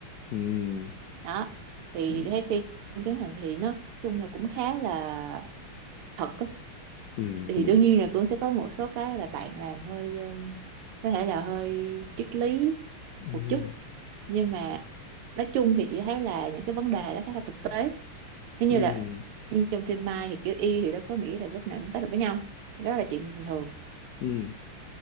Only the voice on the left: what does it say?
ừ
ừ
ừ
công
nhận
ừ
ừ
ừ